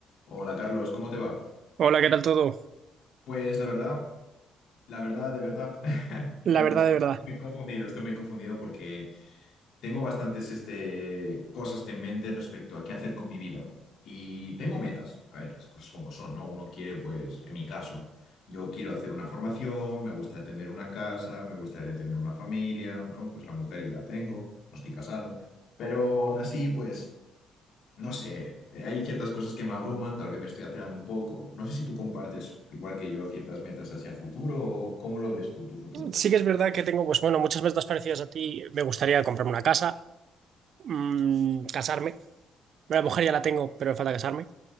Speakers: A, on the left (about 70°); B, on the right (about 65°).
A: Hola Carlos, ¿cómo te va?
B: Hola, ¿qué tal todo?
A: Pues la verdad, la verdad, de verdad, <laughs>
B: La
A: la verdad
B: verdad,
A: es que
B: de verdad.
A: estoy confundido, estoy muy confundido porque tengo bastantes este, cosas en mente respecto a qué hacer con mi vida y tengo metas, a ver, las cosas como son, ¿no? Uno quiere, pues, en mi caso, yo quiero hacer una formación, me gustaría tener una casa, me gustaría tener una familia, ¿no? Pues la mujer ya la tengo, no estoy casado, pero aún así, pues... No sé, eh, hay ciertas cosas que me abruman, tal vez me estoy acelerando un poco. No sé si tú compartes, igual que yo, ciertas metas hacia futuro o cómo lo ves tú, tu futuro.
B: Sí que es verdad que tengo, pues bueno, muchas metas parecidas a ti. Me gustaría comprarme una casa, mm, casarme. Bueno, La mujer ya la tengo, pero me falta casarme.